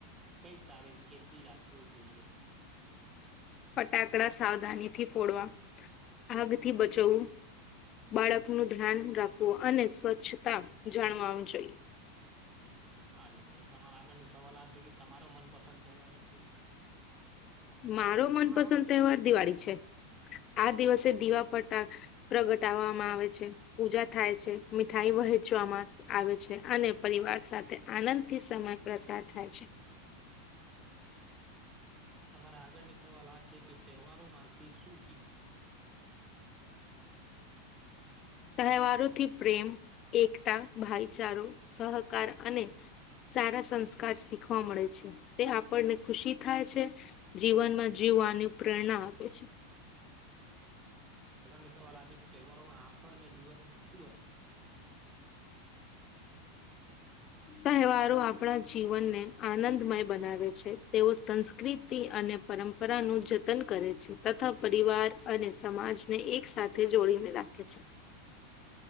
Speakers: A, on the right; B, on the left.
A: કઈ સા આવે ચેતી રાખવી જોઈએ.
B: ફટાકડા સાવધાનીથી ફોડવા આગથી બચવવું બાળક નું ધ્યાન રાખવું અને સ્વચ્છતા જાણવાવુ જોઈએ.
A: હાજી મિત્રો તમારા આગળની સવાલ આ છે કે તમારો મનપસંદ તહેવારો કયો છે <inaudible>
B: મારો મનપસંદ
A: હા
B: તહેવાર દિવાળી છે આ દિવસે દિવા ફટા પ્રગટાવવામાં આવે છે પૂજા થાય છે મીઠાઈ વહેંચવામાં આવે છે અને પરિવાર સાથે આનંદ થી સમય પસાર થાય છે.
A: તમારા આગળની સવાલ આ છે કે તહેવારો માં તે શું શીખું.
B: તહેવારોથી પ્રેમ એકતા ભાઈચારો સહકાર અને સારા સંસ્કાર શીખવા મળે છે તે આપણને ખુશી થાય છે. જીવનમાં જીવવાની પ્રેરણા આપે છે.
A: જગન ને સવાલ આ છે કે તહેવારોમાં આપણને જીવનમાં શું <inaudible>
B: તહેવારો આપણા જીવનને આનંદમય બનાવે છે તેઓ સંસ્કૃતિ અને પરંપરા નું જતન કરે છે તથા પરિવાર અને સમાજને એક સાથે જોડીને રાખે છે.